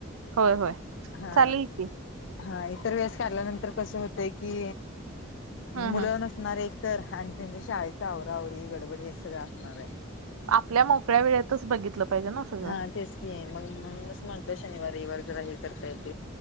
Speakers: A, on the right (about 80°); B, on the left (about 55°).
A: होय होय
B: हा.
A: चालेल की
B: हा इतर व्यास काढल्यानंतर कसं होतय की
A: हम्म
B: मुलं
A: हम्म
B: न असणार एक तर आणि त्यांच्या शाळेच आवरावरी गडबड हे सगळं असणार आहे.
A: आपल्या मोकळ्या वेळेतच बघितलं पाहिजे ना! सगळं
B: हा तेच की आहे मग मणून म्हणतय शनिवार रवार जरा हे करता येत.